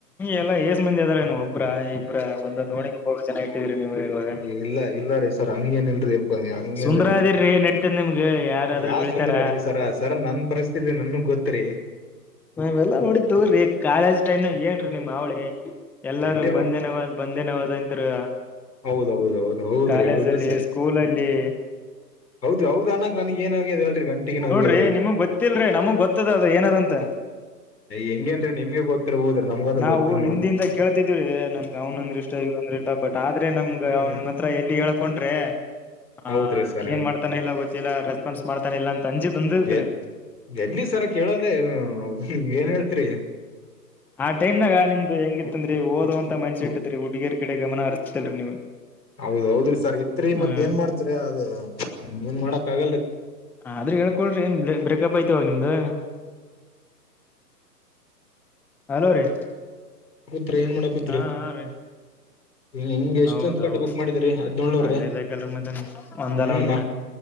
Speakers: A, in the centre; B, on the left.
A: ಎಲ್ಲಾ ಏಸ್ ಮಂದಿ ಅದಾರೇನು ಒಬ್ರ ಇಬ್ಬ್ರ ಒಂದೊಂದೂ ಓಣಿಗ್ ಒಬ್ಬೊಬ್ರ್ ಜನ ಇಟ್ಟಿದ್ರಿ. ನೀವು ಇವಾಗ
B: ಇಲ್ಲ ಇಲ್ಲ ರೀ ಸರ್ ಹಂಗೇನ್ ಇಲ್ರಿ ಅಪ್ಪ ಹಂಗೇನ್
A: ಸುಂದರ
B: ಇಲ್ರಿ.
A: ಅದಿರ್ರಿ ನಡೀತದ ನಿಮ್ಗೆ ಯಾರಾದ್ರೂ
B: ಯಾವ್
A: ಬೀಳ್ತಾರ
B: ಸುಂದರಿ ರೀ ಸರ ಸರ ನನ್ ಪರಿಸ್ಥಿತಿ ನನ್ಗ್ ಗೊತ್ರಿ.
A: ನಾವೆಲ್ಲಾ ನೋಡಿವ್ ತಗೋರಿ ಕಾಲೇಜ್ ಟೈಮ್ನಾಗ ಏನ್ರೀ ನಿಮ್ ಹಾವಳಿ ಎಲ್ಲಾರೂ
B: ಎಲ್ಲಿ
A: ಬಂದೇನವ ಬನ್ ನವಜ ಅಂತ್ರು
B: ಹೌದೌದ ಹೌದು ಹೌದ್ರಿ
A: ಕಾಲೇಜಲ್ಲಿ
B: ಹೌದ್ರಿ ಸರ್
A: ಸ್ಕೂಲಲ್ಲಿ.
B: ಹೌದ್ರಿ ಹೌದ ಅನಕ್ ನನಗ್ ಏನ್ ಆಗ್ಯದ ಹೇಳ್ರಿ ಗಂಟಿಗೆ ನೋವ್
A: ನೋಡ್ರಿ
B: ಆಗ್ಯದ್ರಿ
A: ನಿಮಗ್ ಗೊತ್ತಿಲ್ರಿ ನಮಗ್ ಗೊತ್ತದ ಅದು ಏನದಂತ.
B: ಹೆಂಗೇನ್ರೀ ನಿಮ್ಗೆ ಗೊತ್ತಿರ್ಬೋದ್ರಿ ನಮ್ಗಂದ್ರ
A: ನಾವು
B: ಗೊತ್ತಿಲ್
A: ಹಿಂದಿಂದ
B: ನೋಡ್ರಿ
A: ಕೇಳ್ತಿದ್ವಿ ನನ್ಗೆ ಅವನಂದ್ರ್ ಇಷ್ಟ ನಂದ್ರೆ ಇಷ್ಟ ಬಟ್ ಆದ್ರೆ ನಮ್ಗ
B: ಹಾ
A: ಅವನ್ ಹತ್ರ ಎಲ್ಲಿ ಹೇಳ್ಕೊಂಡ್ರೆ ಹ
B: ಹೌದ್ರಿ ಸರ್
A: ಏನ್ ಮಾಡ್ತಾನ ಇಲ್ಲ ಗೊತ್ತಿಲ್ಲಾ ರೆಸ್ಪಾನ್ಸ್ ಮಾಡ್ತಾನ ಇಲ್ಲ ಅಂತ ಅಂಜಿ ಬಂದತ್ರಿ.
B: ಹೌದ್ ಎಲ್ಲಿ ಸರ್ ಕೇಳೋದೆ ಏನ್ ಹೇಳ್ತ್ರಿ.
A: ಆ ಟೈಮ್ನಾಗ ನಿಮ್ದ ಹೆಂಗಿತ್ತಂದ್ರಿ ಓದೋ ಅಂತ ಮೈಂಡ್ಸೆಟ್ ಇತ್ರಿ ಹುಡುಗಿಯರ್ಗ್ ಕಡೆ ಗಮನ ಹರ್ಸ್ತಿಲ್ರಿ ನೀವು.
B: ಹೌದೌದ್ರಿ ಸರ್ ಇತ್ರಿ ಮತ್
A: ಹ್ಮ್
B: ಏನ್ ಮಾಡ್ತ್ರಿ ಅದು ಏನ್ ಮಾಡಕ್ ಆಗಲ್ರಿ.
A: ಹ ಆದ್ರೆ ಹೇಳ್ಕೊಳ್ರಿ ಏನ್ ಬ್ರೆ ಬ್ರೇಕಪ್ ಐತಿವಾಗ ನಿಮ್ದು. ಹಲೋ ರೀ
B: ಕುತ್ರಿ ಏನ್ ಮಾಡಕ್ ಕುತ್ರೀ
A: ಹಾ ಹಾ ರೀ
B: ಹಿಂಗ್ ಎಷ್ಟೊಂತ
A: ಹೌದೌದು
B: ಪಟ ಬುಕ್ ಮಾಡಿದ್ರಿ ಹದ್ನೋಳ್ರಿ
A: ಆಗ್ಲೇಬೇಕಲ್ರಿ ಮತ್ತೆ ಒಂದಲ್ಲ
B: ಹ್ಮ್
A: ಒಂದಿನ
B: ಮ